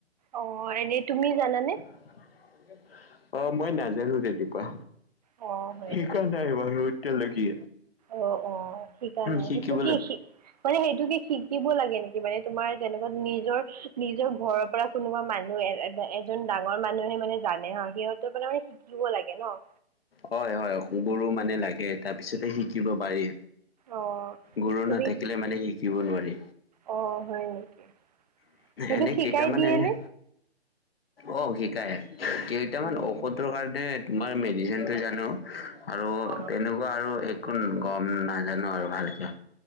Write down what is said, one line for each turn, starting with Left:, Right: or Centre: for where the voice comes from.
Right: অ, এনে তুমি জানানে?
Left: <unintelligible> অ' মই নাজানো তেনেকুৱা
Right: অ হয়
Left: শিকা
Right: নেকি
Left: নাই বাৰু এতিয়ালকি।
Right: অ', অ' শিকা নাই
Left: শিকিবলৈ
Right: সেইটো কি শিক মানে সেইটো কি শিকিব লাগে নেকি মানে তোমাৰ যেনেকুৱা নিজৰ নিজৰ ঘৰৰ পৰা কোনোবা মানুহ এ এজন ডাঙৰ মানুহে মানে জানে হা সিহঁতৰ পৰা মানে শিকিব লাগে ন'।
Left: হয় -হয় গুৰু মানে লাগে তাৰ পিছতে শিকিব পাৰি।
Right: অ',
Left: গুৰু
Right: তুমি
Left: নাথাকিলে মানে শিকিব নোৱাৰি।
Right: অ', হয় নেকি সেইটো
Left: এনে
Right: শিকাই
Left: কেইটামান
Right: দিয়ে
Left: এনে।
Right: নে
Left: অ, শিকাই কেইটামান
Right: উম,
Left: ঔষধৰ কাৰণে তোমাৰ মেডিচিন টো জানো। আৰু
Right: অ',
Left: তেনেকুৱা আৰু একো গম নাজানো আৰু ভালকে।